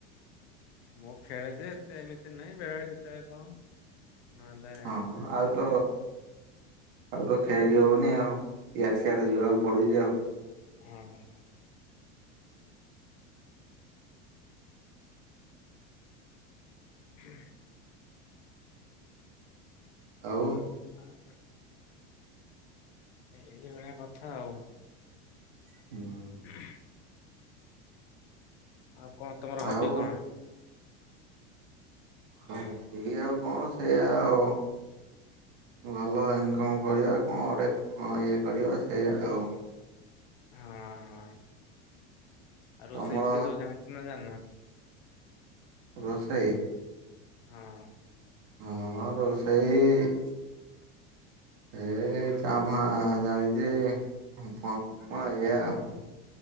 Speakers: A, on the left; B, on the right.
A: ମୁଁ ଖେଳ ଯେ ଏତେ ଏମିତି ନହିଁ ବେଳେଳେ କେତେବେଳେ କଣ। ନହେଲେ
B: ହଁ
A: ଏତେ ଖେଳେନି।
B: ଆଉ ତ ଆଉ ତ ଖେରି ହଉନି ଆଉ ଇଆଡ଼େ ସିଆଡେ ଯିବାକୁ ପଡୁଛି ଆଉ।
A: ହୁଁ ହୁଁ। ହୁଁ।
B: ଆଉ।
A: ଆଁ। ଏଇ ଭଳିଆ କଥା ଆଉ।
B: ହୁଁ
A: ଖୁଁ ଉଁ। ଆଉ କଣ ତମର ହବି
B: ଆଉ
A: କଣ?
B: ହଁ ଏ ଆଉ କଣ ସେଇଆ ଆଉ। ଭଲ ଇନକମ କରିବା କଣଟେ କଣ ଇଏ କରିବା ସେଇଆ ଆଉ।
A: ହଁ ହଁ। ଆଉ ରୋଷେଇ
B: ତମର
A: ଫୋସେଇ ଜାଣିଛ ନା ଜାଣିନ?
B: ରୋଷେଇ।
A: ହଁ।
B: ହଁ, ରୋଷେଇ-ଇ ଏ-ଏ ଚାଁ ଭାଁ ଜାନିଛି। <unintelligible> ଏଇଆ ଆଉ।